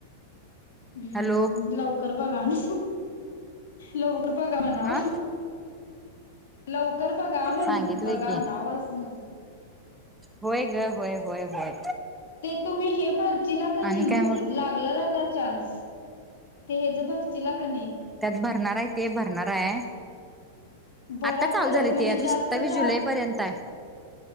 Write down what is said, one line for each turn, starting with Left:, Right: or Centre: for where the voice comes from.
Left: हम्म
Centre: हॅलो
Left: लवकर बघा ना लोक कृपाा का म्हणावा
Centre: अ
Left: लवकर बघा म्हण
Centre: सांगितलंय
Left: बघा
Centre: की
Left: नावस मग्
Centre: होय ग होय होय होय
Left: ते तुम्ही हे भरच
Centre: आणि काय
Left: मग लागला लाग चान्स भर क
Centre: त्यात भरणार आहे ते भरणार आहे
Left: भरा
Centre: आता चालू
Left: खरंच
Centre: झाली
Left: म्हणजे
Centre: ती अजून
Left: जास्त
Centre: सत्तावीस
Left: जाग
Centre: जुलै पर्यंत आहे